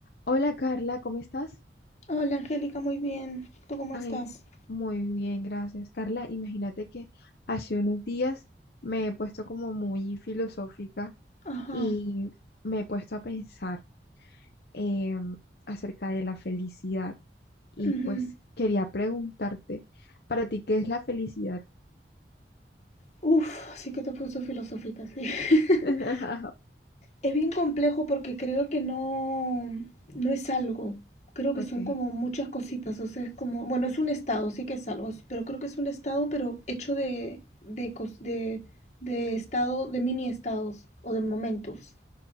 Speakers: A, on the left; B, on the left.
A: Hola Carla, ¿cómo estás?
B: Hola Angélica, muy bien. ¿Tú cómo
A: Ay,
B: estás?
A: muy bien, gracias. Carla, imagínate que hace unos días me he puesto como muy filosófica
B: Ajá.
A: y me he puesto a pensar em, acerca de la felicidad y
B: ujú.
A: pues quería preguntarte, para ti, ¿qué es la felicidad?
B: Uf, sí que te he puesto filosófica, sí. <laughs>
A: <laughs>
B: Es bien complejo porque creo que no, no es algo. Creo
A: Ok,
B: que son como muchas cositas. O sea, es como, bueno, es un estado, sí que es algo, es- pero creo que es un estado, pero hecho de, de, cos- de, de estado, de mini estados o de momentos.